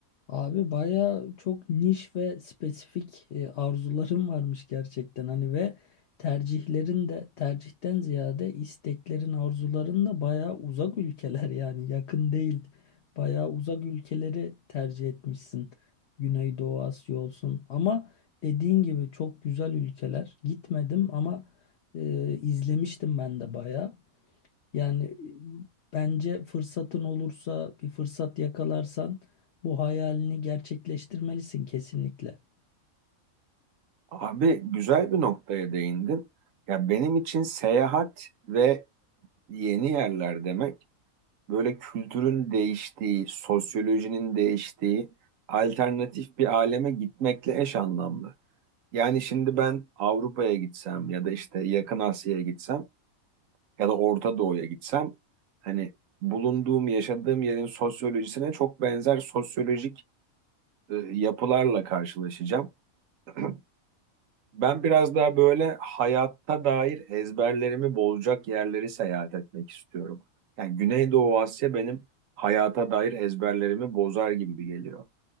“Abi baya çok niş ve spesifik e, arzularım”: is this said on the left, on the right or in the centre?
Left